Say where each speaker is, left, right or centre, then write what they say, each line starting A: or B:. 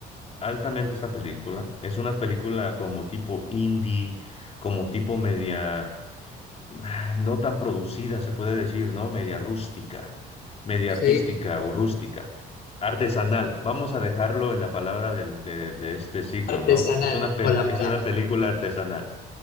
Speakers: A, on the left; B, on the left.
A: altamente esta película. Es una película como tipo indie, como tipo media, ah, no tan producida, se puede decir, ¿no? Media rústica, media
B: Sí.
A: artística o rústica. Artesanal, vamos a dejarlo en la palabra del- de, de este siglo,
B: Artesanal
A: ¿no? Es una, pel-
B: o la
A: es
B: moda.
A: una película artesanal.